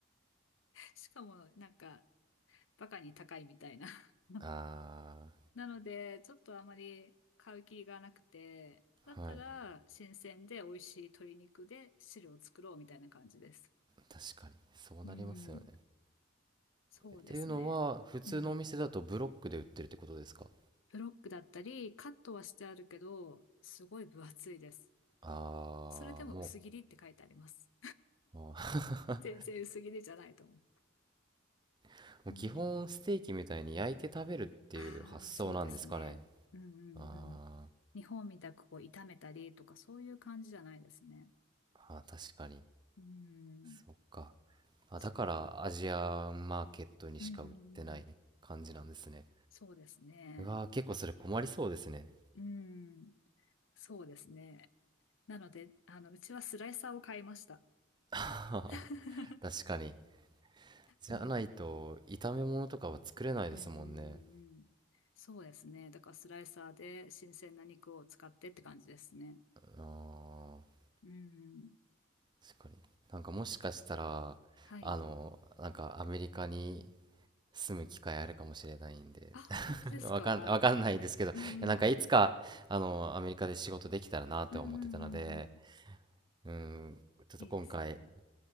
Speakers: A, on the left; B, on the right.
A: しかもなんかバカに高いみたいな <laughs>
B: あ
A: なので、ちょっとあまり買う気がなくて、だったら新鮮で美味しい鶏肉で汁を作ろうみたいな感じです。
B: あ、はい。確かに。そうなりますよね。
A: うん、そうですね。
B: っていうのは、普通のお店だとブロックで売ってるってことですか
A: うん。ブロックだったり、カットはしてあるけど、すごい分厚いです。
B: ああー、
A: それでも薄切りって書いてあります。
B: もう、あー
A: <laughs> 全然薄切りじゃないと思
B: <laughs> もう基本ステーキみたいに焼いて食べるっていう発想なんですかね。
A: う。うんああ、そうですね。うんうんうん。
B: あ
A: 日本みたくこう炒めたりとかそういう感じじゃないですね。
B: ーあー、確かに。
A: うん。
B: そっか。あ、
A: そ、
B: だからアジアンマーケットにしか売ってない感じなんですね。
A: うんそうですね。
B: うわー、結構それ困りそうですね。
A: うん。そうですね。なので、あの、うちはスライサーを買いました。
B: <laughs>
A: <laughs>
B: 確かに。じゃないと、
A: うん。
B: 炒め物とかは作れないですもんね。
A: うんうんうんうん。そうですね。だからスライサーで新鮮な肉を使ってって感じですね。
B: あ
A: うん。
B: ー確かになんかもしかしたらあのなんかアメリカに
A: はい。
B: 住む機会あるかもしれないんで
A: あ、
B: <laughs>
A: 本当ですか
B: わかん、わかんないですけどいやなんかいつかあのアメリカで仕事できたらなとは思ってたので
A: うんうんうん。うんうんうんうん。
B: うんちょっと今回
A: いいですね。